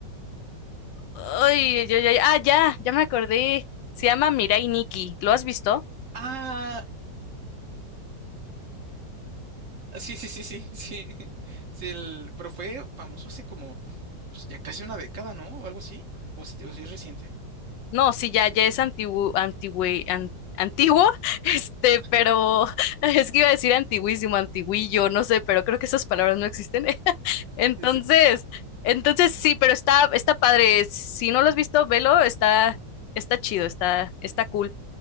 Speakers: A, on the left (about 85°); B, on the right (about 60°).
A: ay, ay, ay, ay, ah, ya, ya me acordé, se llama Mirai Nikki, ¿lo has visto?
B: Ah, sí, sí, sí, sí, sí, <laughs> sí, el, pero fue famoso hace como, pues ya casi una década, ¿no? O algo así, o si, o si es reciente.
A: No, sí, ya, ya es antiguo, antigüe- an- antiguo, <laughs> este,
B: <laughs>
A: pero <laughs> es que iba a decir antiguísimo, antiguillo, no sé, pero creo que esas palabras no existen. <laughs> Entonces,
B: Sí,
A: entonces sí, pero está, está padre. Si no lo has visto, velo, está, está chido, está, está cool.